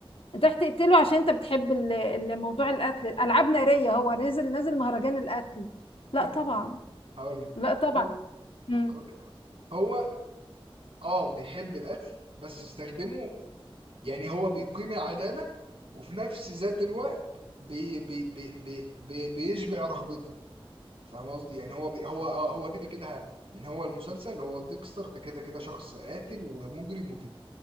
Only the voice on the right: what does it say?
<laughs>
هقول لك
هو
هقول لك هقول لك هو اه بيحب القتل بس استخدمه يعني هو بيقيم العدالة وفي نفس ذات الوقت بي... بي... بي... بي... بي... بيشبع رغبته فاهم قصدي يعني هو بي هو آه، هو كده كده ه- يعني هو المسلسل هو في ديكستر ده كده كده شخص قاتل ومجرم وكده